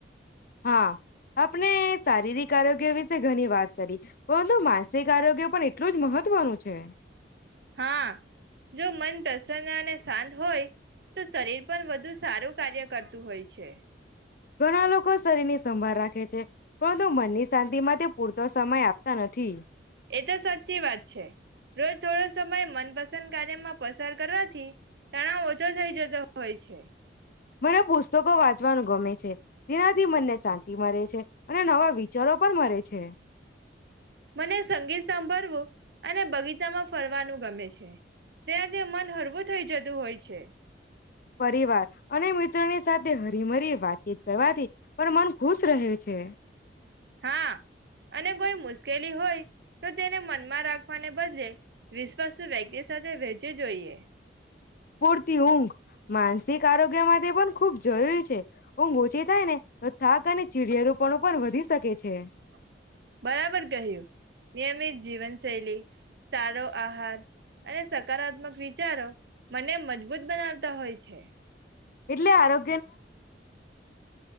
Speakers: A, on the left; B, on the right.
A: હા આપણે શારીરિક આરોગ્ય વિશે ઘણી વાત કરી, પરંતુ માનસિક આરોગ્ય પણ એટલું જ મહત્વનું છે.
B: હા જો મન પ્રસન્ન અને શાંત હોય તો શરીર પણ વધુ સારું કાર્ય કરતું હોય છે.
A: ઘણા લોકો શરીર ની સંભાળ રાખે છે, પરંતુ મનની શાંતિમાં પૂર તો સમય આપતા નથી.
B: એ તો સાચી વાત છે, રોજ થોડો સમય મનપસંદ કાર્યમાં પસાર કરવાથી તણાવ ઓછો થઈ જતો હોય છે.
A: મને પુસ્તકો વાંચવાનું ગમે છે, તેનાથી મને શાંતિ મળે છે અને નવા વિચારો પણ મરે છે.
B: મને સંગીત સાંભળવું અને બગીચામાં ફરવાનું ગમે છે, ત્યાંથી મન હળવું થઈ જતું હોય છે.
A: પરિવાર અને મિત્રોની સાથે હરી મરી વાત <unintelligible> કરવાથી પણ મન ખુશ રહે છે.
B: હા અને કોઈ મુશ્કેલી હોય તો તેને મનમાં રાખવાને બદલે વિશ્વાસુ વ્યક્તિ સાથે વહેચી જોઈએ.
A: પૂરતી ઊંઘ માનસિક આરોગ્ય માટે પણ ખૂબ જરૂરી છે. ઊંઘ ઓછી થાય ને તો થાક અને ચીડિયા
B: <inaudible>
A: <inaudible> <unintelligible> શરીર